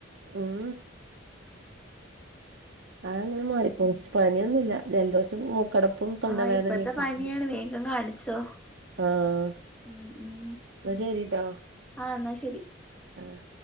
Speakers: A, on the right; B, in the centre.
A: ഉം ആഹ് അങ്ങനെ മാറിക്കോളും പനിയൊന്നുല്ല ജലദോഷം മൂക്കട പ്പും തൊണ്ട
B: ആഹ്
A: വേദനെക്കെണ്ട്
B: ഇപ്പത്തെ പനിയാണ് വേഗം കാണിച്ചോ
A: ആഹ്
B: ഉം ഉം
A: ന്നാ ശരിട്ടോ
B: ആഹ് എന്നാ ശരി
A: ആഹ്